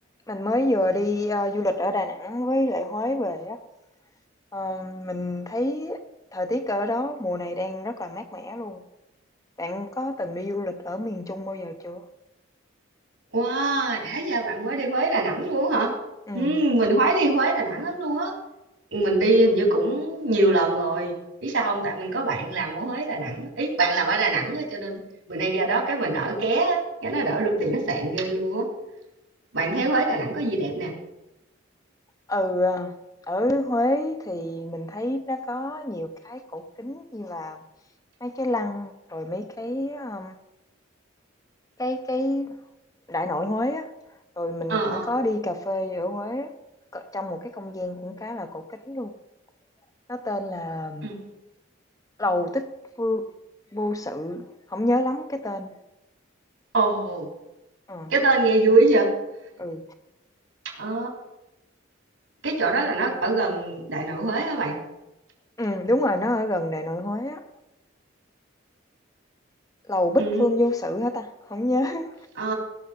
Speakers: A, on the left (about 15°); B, on the right (about 75°).
A: Mình mới vừa đi ờ, du lịch ở Đà Nẵng với lại Huế về á. Ờ, mình thấy thời tiết ở đó mùa này đang rất là mát mẻ luôn. Bạn có từng đi du lịch ở miền Trung bao giờ chưa?
B: Wow, đã giờ bạn mới đi Huế Đà Nẵng luôn hả?
A: Ừ.
B: Ừ, mình khoái đi Huế Đà Nẵng lắm luôn á. Mình đi hình như cũng nhiều lần rồi. Biết sao không? Tại mình có bạn làm ở Huế Đà Nẵng. Ý, bạn làm ở Đà Nẵng á, cho nên mình hay ra đó cái mình ở ké á, cái nó đỡ được tiền khách sạn ghê luôn á. Bạn thấy Huế Đà Nẵng có gì đẹp nè?
A: Ừ, ờ, ở Huế thì mình thấy nó có nhiều cái cổ kính như là mấy cái lăng rồi mấy cái um, cái cái đại nội Huế á. Rồi mình
B: Ờ
A: cũng
B: ờ.
A: có đi cà phê ở Huế á, cỡ- trong một cái không gian cũng khá là cổ kính luôn. Nó tên là
B: Ừ. ừ.
A: Lầu Tích Phương Vô Sự, không nhớ lắm cái tên.
B: Ồ,
A: Ờ,
B: cái tên nghe vui vậy.
A: ừ,
B: Ờ, cái chỗ đó là nó ở gần Đại Nội Huế á bạn.
A: ừm, đúng rồi, nó ở gần Đại Nội Huế á. Lầu Bích
B: Ừ.
A: Phương Vô Sự hả ta? không nhớ. <laughs>
B: Ờ.